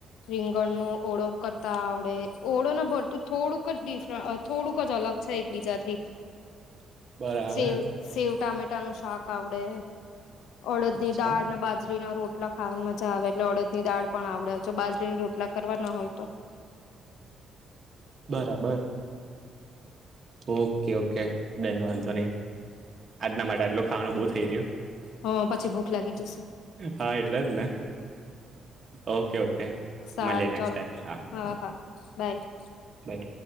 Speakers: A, on the left (about 85°); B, on the right (about 45°).
A: રીંગણ નો ઓળો કરતા આવડે ઓળો ને ભરતું થોડુંક જ ડિફરટ થોડુંક જ અલગ છે એકબીજા થી
B: <unintelligible> બરાબર
A: સેવ, સેવ ટામેટા નું શાક આવડે. અડદ
B: અચ્છા
A: ની દાળ ને બાજરી ના રોટલા ખાવાની મજા આવે એટલે અડદની દાળ પણ આવડે જો બાજરીની રોટલા કરવા ના હોય તો
B: બરાબર. ઓકે ઓકે કય વાધો ની. આજના માટે આટલું ખાવાનું બો થઈ રહ્યું.
A: હા પછી ભૂખ લાગી જશે.
B: હા એટલે જ ને. ઓકે ઓકે
A: સારું
B: મલ્યે નેકસટ
A: ચાલો
B: ટાઈમ હા.
A: હા હા. બાય.
B: બાય